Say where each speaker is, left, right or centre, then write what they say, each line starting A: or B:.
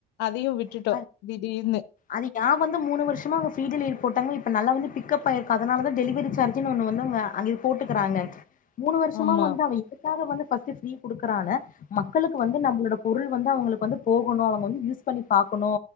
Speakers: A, on the left; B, on the left.
A: அதையு விட்டுட்டோ
B: அ
A: திடீர்னு
B: அது நா வந்து மூணு வருஷமா அவங்க ஃப்ரீ டெலிவரி போட்டாங்க இப்ப நல்லா வந்துட் பிக்கப் ஆயிருக்கு அதனாலதா டெலிவரி சார்ஜுன்னு ஒண்ணு வந்து அவங்க அங்கேயே போட்டுக்கறாங்க மூணு வருஷமா
A: ஆமா
B: வந்து அவே இதுக்காக வந்து ஃபர்ஸ்ட் பிரீ குடுக்கறாள மக்களுக்கு வந்து நம்பளோட பொருள் வந்து அவுங்களுக்கு வந்து போகணு அவங்க வந்து யூஸ் பண்ணி பாக்கணு